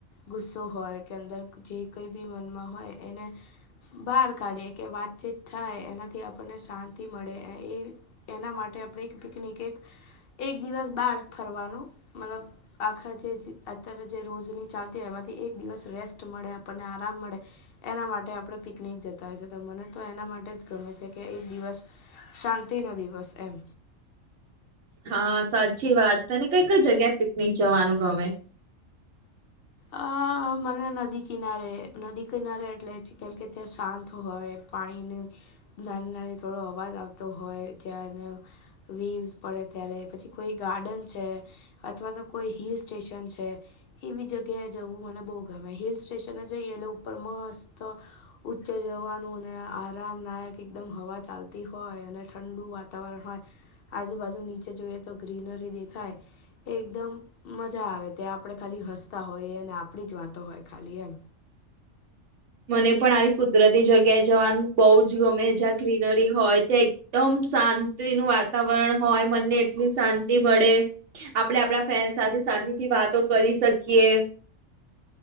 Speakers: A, on the left; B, on the right.
A: ગુસ્સો હોય કે અંદર જે કઈ બી મનમાં હોય એને બહાર કાઢી કે વાતચીત થાય એનાથી આપણને શાંત. થી મળે એ એના માટે આપણે એક પિકનિક એક. એક દિવસ બાર ફરવાનું મતલબ. આખા જે છે અત્યારે જે રોજની ચાલતી હોય એમાંથી એક દિવસ રેસ્ટ મળે આપણને આરામ મળે. એના માટે આપડે પિકનિક જતા હોય છે તો મને તો એના માટે જ ગમે છે કે એક દિવસ શાંતિ નો દિવસ એમ
B: હા સાચી વાત તને કઈ કઈ જગ્યાએ પિકનિક જવાનું ગમે
A: અ મને નદી કિનારે નદી કિનારે એટલે કેમકે ત્યાં શાંત હોય પાણીની નાની નાની થોડો અવાજ આવતો હોય જાયરનુ. વિલ્શ પડે ત્યારે પછી કોઈ ગાર્ડન છે. અથવા તો કોઈ હિલ સ્ટેશન છે એવી જગ્યા ત્યાં જવું મને બહુ ગમે હિલ સ્ટેશન એ જઈએ એટલે ઉપર મસ્ત ઉચ્ચે જવાનું અને આરામ નાયક એકદમ હવા ચાલતી હોય અને ઠંડુ વાતાવરણ હોય આજુબાજુ નીચે જોઈએ તો ગ્રીનરી દેખાય એ એકદમ મજા આવે ત્યાં આપણેે ખાલી હસતા હોઈ અને આપણી જ વાતો હોય ખાલી એમ
B: મને પણ આવી કુદરતી જગ્યાએ જવાનું બહુ જ ગમે જ્યાં ગ્રીનરી હોય ત્યાં એકદમ શાંતિનું વાતાવરણ હોય મનને એટલી શાંતિ મળે આપડણે આપણા ફ્રેન્ડ સાથે શાંતિથી વાતો કરી શકીએ